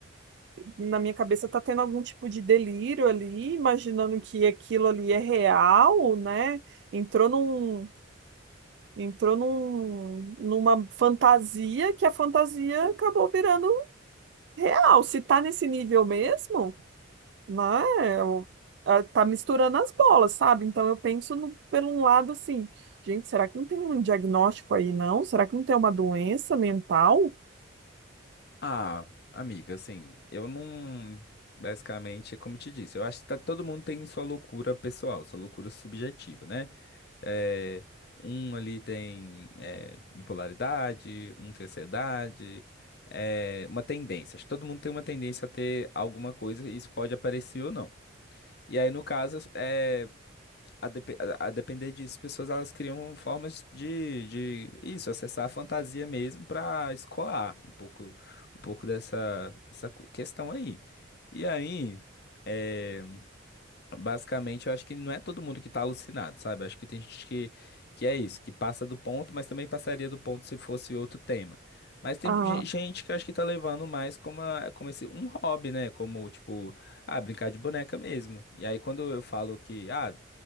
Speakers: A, on the right; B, on the left.
A: Na minha cabeça tá tendo algum tipo de delírio ali, imaginando que aquilo ali é real, né? Entrou num, entrou num, numa fantasia que a fantasia acabou virando Real, se tá nesse nível mesmo, né? eu- eh, tá misturando as bolas, sabe? Então eu penso no, pelo um lado assim, gente, será que não tem um diagnóstico aí, não? Será que não tem uma doença mental?
B: Ah, amiga, assim, eu não. Basicamente, como eu te disse, eu acho que tá- todo mundo tem sua loucura pessoal, sua loucura subjetiva, né? É, um ali tem é, bipolaridade, um tem ansiedade, é, uma tendência. Acho que todo mundo tem uma tendência a ter alguma coisa e isso pode aparecer ou não. E aí, no caso, eh, a, depe- a- a depender disso, as pessoas elas criam formas de, de isso, acessar a fantasia mesmo para escoar um pouco, um pouco dessa, dessa questão aí. E aí, eh, Basicamente, eu acho que não é todo mundo que está alucinado, sabe? Acho que tem gente que, que é isso, que passa do ponto, mas também passaria do ponto se fosse outro tema. Mas tem
A: Ah,
B: ge- gente que eu acho que tá levando mais como, a- como esse, um hobby, né? Como, tipo, ah, brincar de boneca mesmo. E aí, quando eu falo que, ah,